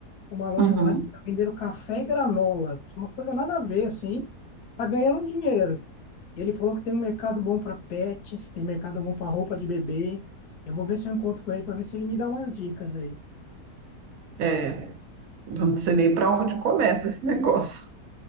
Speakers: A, on the left; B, on the right.
A: uma loja
B: uhum,
A: online para vender café e granola. Uma coisa nada a ver, assim. Tá ganhando um dinheiro. Ele falou que tem um mercado bom para pets, tem mercado bom para roupa de bebê. Eu vou ver se eu encontro com ele para ver se ele me dá umas dicas aí.
B: é, não sei nem para onde começa esse <laughs> negócio.